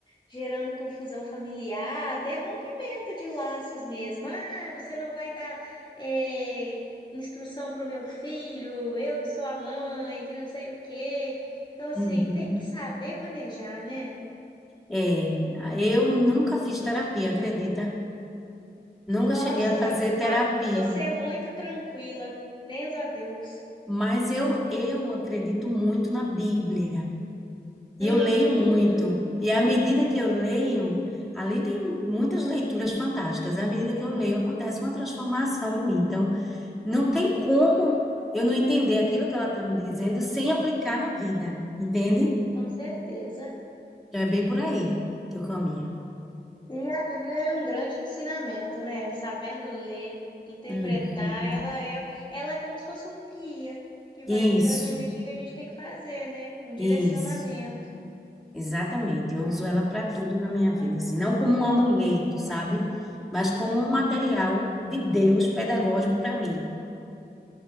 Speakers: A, on the left (about 25°); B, in the centre.
A: gerando confusão familiar, até rompimento de laços mesmo. Ah, você não vai dar é, instrução para o meu filho, eu que sou a mãe, que não sei o quê. Então, assim,
B: uhum.
A: tem que saber manejar, né?
B: É, eu nunca fiz terapia, acredita? Nunca
A: Nossa,
B: cheguei a fazer
A: mas você
B: terapia.
A: tá, mas você é muito tranquila. Benza a Deus.
B: Mas eu, eu acredito muito na Bíblia e
A: Hum,
B: eu leio muito. E à medida que eu leio, ali tem muitas leituras fantásticas. À medida que eu leio, acontece uma transformação em mim. Então, não tem como eu não entender aquilo que ela está me dizendo sem aplicar na vida, entende?
A: com certeza.
B: Então, é bem por aí que eu caminho.
A: E a Bíblia é um grande ensinamento, né? Sabendo ler, interpretar,
B: Uhum.
A: ela é, ela é como se fosse um guia que vai
B: Isso,
A: guiando a gente o que que a gente tem que fazer, né? Um direcionamento.
B: isso. Exatamente, eu uso ela para tudo na minha vida, assim, não como um amuleto, sabe? Mas como um material de Deus pedagógico para mim.